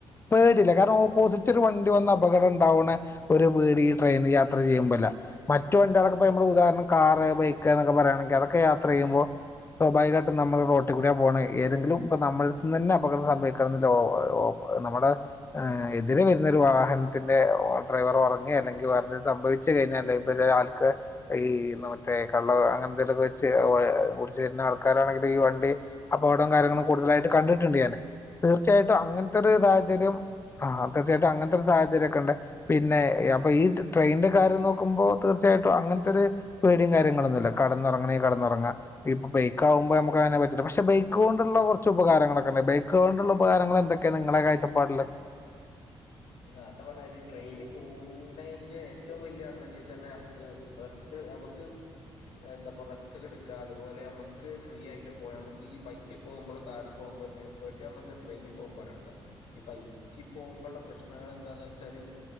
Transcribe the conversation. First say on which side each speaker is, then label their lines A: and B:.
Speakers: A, on the left (about 25°); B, on the left (about 85°).
A: പേടില്ല കാര്ണം ഓപ്പോസിറ്റ് ഒരു വണ്ടി വന്ന് അപകടണ്ടാവ്ണെ ഒരു പേടി ഈ ട്രെയിൻ യാത്രെയ്യുമ്പൊല്ല മറ്റു വണ്ട്യാളൊക്കെപ്പ ഞമ്മള് ഉദാഹര്ണം കാറ് ബൈക്ക് ഇന്നൊക്കെ പറയാണെങ്കി അതൊക്കെ യാത്രെയ്യുമ്പോ സ്വാഭാവികായ്ട്ടുറ നമ്മൾ റോട്ടിക്കൂടിയാ പോണേ ഏതെങ്കിലും ഇപ്പ നമ്മൾ തിന്നെന്നെ അപകടം സംഭവിക്കാണ്ന്ന് <unintelligible> നമ്മുടെ ഏഹ് എതിരെ വരുന്ന ഒരു വാഹൻത്തിന്റെ ഡ്രൈവറ് ഒറങ്ങെ അല്ലെങ്കി വേറെന്തെങ്കി സംഭവി ശെരിയെന്നെല്ലേ ഇപ്പ ഒരാൾക്ക് ഈ മറ്റേ കള്ളോ അങ്ങൻ തെലൊക്കെ വെച്ച് ഏഹ് കുടിച്ചു വെര്ന ആൾക്കാരാണെങ്കിലും ഈ വണ്ടി അപകടൊം കാര്യങ്ങളും കൂടുതലായിട്ട് കണ്ടിട്ടിണ്ട് ഞാന് തീർച്ചയായിട്ടും അങ്ങൻത്തെ ഒരു സാഹചര്യം ആഹ് തീർച്ചായ്ട്ടും അങ്ങൻത്തെരു സാഹചര്യൊക്കെണ്ട് പിന്നെ അപ്പ ഈ ട്രെയിന്റെ കാര്യം നോക്കുമ്പോ തീർച്ച്യാ യിട്ടോ അങ്ങൻത്തെരു പേടിം കാര്യങ്ങളൊന്നുല്ല കടന്നൊറങ്ങണെങ്കി കടന്നൊറങ്ങ ഇപ്പൊ ബൈക്കാവുമ്പോ നമുക്ക് അങ്ങനെ പറ്റില്ല പക്ഷെ ബൈക്കോണ്ടുള്ള കൊർച്ച് ഉപകാരങ്ങളൊക്കെ ബൈക്ക് കൊണ്ടുള്ള ഉപകാരങ്ങൾ എന്തൊക്കേണ് ങ്ങളെ കായ്ച്ചപ്പാടില്.
B: യ്യ് നേർത്തെ പറഞ്ഞാരി ട്രെയിന് പോവ്ണേന്റെ ഏറ്റവും വലിയ അഡ്വാന്റേജ്റഞ്ഞ നമ്മക്ക് റസ്റ്റ് ണ്ട് അമ്ക്ക് എന്താപ്പൊ റസ്റ്റ്കെട്ക്ക. അതുപോലെ നമുക്ക് ഫ്രീ ആയിട്ട് പോയാ നമുക്ക് ഈ ബൈക്കിൽ പോകുമ്പോൾ കാറിൽ പോകുമ്പോ <unintelligible> എഫേർട്ട് നമുക്ക് ട്രെയിനിൽ പോകുമ്പോഴ്ണ്ട് ഈ ബൈക്ക് പോകുമ്പോള്ള പ്രശ് നങ്ങൾ എന്താന്നോയ്ച്ചാല്